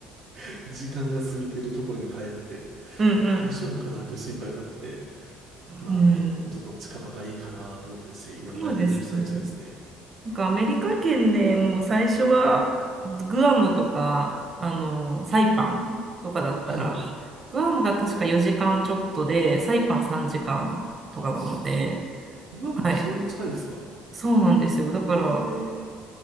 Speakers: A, on the right (about 75°); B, on the right (about 40°).
A: <laughs> 時間が過ぎてるところに帰って
B: うん、うん。
A: 大丈夫かなという心配があって、まあ、
B: うん、
A: あの、もうちょっと近場がいいかなと思ったりして、今悩んでる最中ですね。
B: そうですね。なんかアメリカ圏でもう最初はグアムとかあのサイパンとかだったら
A: はい。
B: グアムが確か4時間ちょっとでサイパン3時間とかなので、
A: あ、すグアムってそんな近いんですか
B: はい、そうなんですよだから
A: へえ。